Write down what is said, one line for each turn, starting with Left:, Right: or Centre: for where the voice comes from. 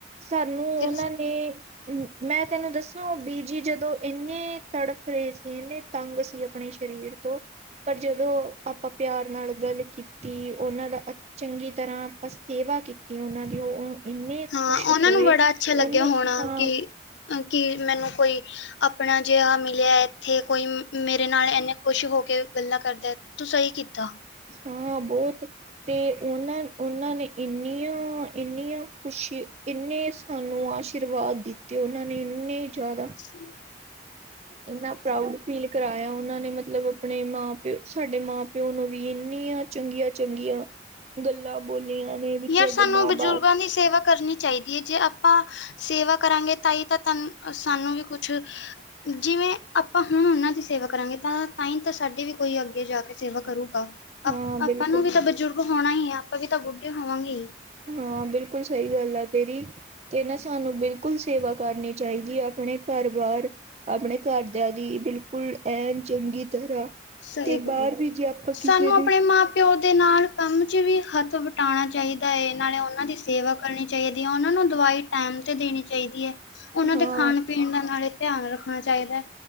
Right: ਸਾਨੂੰ ਉਹਨਾਂ
Left: ਤੇਰੀ
Right: ਨੇ। ਮੈਂ ਤੈਨੂੰ ਦੱਸੋ ਉਹ ਬੀਜੀ ਜਦੋਂ ਇੰਨੇ ਤੜਫ ਤੜਫ ਰਹੇ ਸੀ ਇਨੇ ਤੰਗ ਸੀ ਆਪਣੇ ਸਰੀਰ ਤੋਂ ਪਰ ਜਦੋਂ ਆਪਾਂ ਪਿਆਰ ਨਾਲ ਗੱਲ ਕੀਤੀ, ਉਹਨਾਂ ਦਾ ਚੰਗੀ ਤਰ੍ਹਾਂ ਆਪਾਂ ਸੇਵਾ ਕੀਤੀ ਉਹਨਾਂ ਦੀ ਉਹ ਇੰਨੇ ਖੁਸ਼
Left: ਹਾਂ ਉਹਨਾਂ
Right: ਹੋਏ
Left: ਨੂੰ ਬੜਾ ਅੱਛਾ ਲੱਗਿਆ,
Right: ਉਹਨੇ
Left: ਹੋਣਾ
Right: ਹਾਂ
Left: ਕਿ ਅ ਕੀ ਮੈਨੂੰ ਕੋਈ ਆਪਣਾ ਜਿਹਾ ਮ ਮਿਲਿਆ ਇੱਥੇ ਕੋਈ ਮੇਰੇ ਨਾਲ ਇੰਨੇ ਖੁਸ਼ ਹੋ ਕੇ ਗੱਲਾਂ ਕਰਦਾ ਤੂੰ ਸਹੀ ਕੀਤਾ।
Right: ਹਾਂ ਬਹੁਤ ਤੇ ਉਹਨਾਂ-ਉਹਨਾਂ ਨੇ ਇੰਨੀਆਂ-ਇੰਨੀਆਂ ਖੁਸ਼ੀ ਇੰਨੇ ਸਾਨੂੰ ਆਸ਼ੀਰਵਾਦ ਦਿੱਤੇ ਉਹਨਾਂ ਨੇ ਇੰਨੇ ਜ਼ਿਆਦਾ
Left: ਟ
Right: ਇੰਨਾ ਪ੍ਰਊਡ ਫੀਲ ਕਰਾਇਆ ਉਹਨਾਂ ਨੇ ਮਤਲਬ ਆਪਣੇ ਮਾਂ ਪਿਓ ਸਾਡੇ ਮਾਂ ਪਿਓ ਨੂੰ ਵੀ ਇੰਨੀਆਂ ਚੰਗੀਆਂ-ਚੰਗੀਆਂ। ਗੱਲਾਂ ਬੋਲੀਆਂ ਨੇ ਵੀ
Left: ਯਾਰ
Right: ਤੁਹਾਡੇ
Left: ਸਾਨੂੰ
Right: ਮਾਂ
Left: ਬਜ਼ੁਰਗਾਂ
Right: ਬਾਪ
Left: ਸੇਵਾ ਕਰਨੀ। ਚਾਹੀਦੀ ਹੈ, ਜੇ ਆਪਾਂ ਸੇਵਾ ਕਰਾਂਗੇ, ਤਾਂ ਹੀ ਤਾਂ ਤ ਸਾਨੂੰ ਵੀ ਕੁਛ ਜਿਵੇਂ ਆਪਾਂ ਹੁਣ ਉਹਨਾਂ ਦੀ ਸੇਵਾ ਕਰਾਂਗੇ, ਤਾਂ-ਤਾਂ-ਤਾਂ ਸਾਡੀ ਵੀ ਕੋਈ ਅੱਗੇ ਜਾ ਕੇ ਸੇਵਾ ਕਰੁਗਾ ਆਪਾਂ
Right: ਹਾਂ ਬਿਲਕੁਲ
Left: ਨੂੰ ਵੀ ਤਾਂ ਬਜ਼ੁਰਗ ਹੋਣਾ ਹੀ ਹੈ ਆਪਾਂ ਵੀ ਤਾਂ ਬੁੱਢੇ ਹੋਵਾਂਗੇ ਹੀ।
Right: ਹਾਂ, ਬਿਲਕੁਲ ਸਈ ਗਾੱਲ ਆ ਤੇਰੀ। ਤੇ ਨਾ ਸਾਨੂੰ ਬਿਲਕੁਲ ਸੇਵਾ ਕਰਨੀ ਚਾਈਦੀ ਐ, ਅਪਣੇ ਘਾਰ ਬਾਰ ਆਪਣੇ ਘਾਰਦੇਆਂ ਦੀ ਬਿਲਕੁਲ ਐਨ, ਚੰਗੀ ਤਰਾ
Left: ਸਹੀ
Right: ਤੇ
Left: ਗੱਲ
Right: ਬਾਰ
Left: ਹੈ
Right: ਵੀ ਜੇ ਆਪਾਂ
Left: ਸਾਨੂੰ
Right: ਕਿਸੇ ਦੀ
Left: ਆਪਣੇ ਮਾਂ ਪਿਓ ਦੇ ਨਾਲ ਕਾੰਮ ਚ ਵੀ ਹਾੱਥ ਵਟਾਣਾ ਚਾਈਦਾ ਏ, ਨਾਲੇ ਓਨਾਂ ਦੀ ਸੇਵਾ ਕਰਨੀ ਚਾਈਦੀ ਐ, ਓਨਾਂ ਨੂੰ ਦਵਾਈ ਟੈਮ ਤੇ ਦੇਣੀ ਚਾਈਦੀ ਐ, ਓਨਾਂ
Right: ਹਾਂ
Left: ਦੇ ਖਾਨ ਪੀਨ ਦਾ ਨਾਲੇ ਧੇਆਨ ਰੱਖਨਾ ਚਾਈਦੈ,